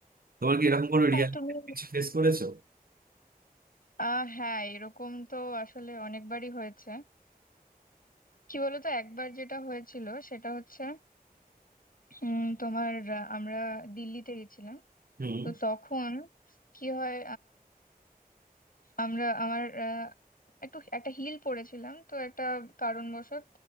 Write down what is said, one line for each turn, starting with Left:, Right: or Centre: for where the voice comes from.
Right: তোমার কি এরকম কোনো
Left: হ্যাঁ
Right: রিয়াল
Left: তুমি
Right: কিছু ফেস করেছো
Left: আহ হ্যাঁ এরকম তো আসলে অনেকবারই হয়েছে কি বলতো একবার যেটা হয়েছিল সেটা হচ্ছে উম তোমার আহ, আমরা দিল্লিতে গেছিলাম
Right: হুম
Left: তো তখন কি হয় আমরা আমার আহ, একটু একটা হিল পরেছিলাম তো একটা কারণবশত